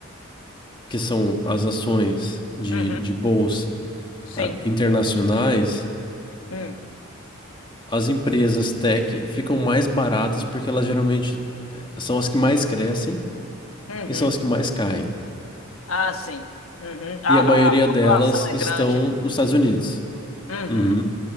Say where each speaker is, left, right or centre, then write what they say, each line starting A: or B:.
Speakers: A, on the left; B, on the left.
A: que são as ações de,
B: uhum,
A: de bolsa
B: sim.
A: ah, internacionais,
B: Hum,
A: as empresas tech ficam mais baratas porque elas geralmente eh, são as que mais crescem
B: uhum.
A: e são as que mais caem.
B: Ah, sim. Uhum. A,
A: E a
B: a
A: maioria
B: flutuação
A: delas
B: é
A: estão
B: grande, né?
A: nos Estados Unidos.
B: Uhum.
A: Uhum.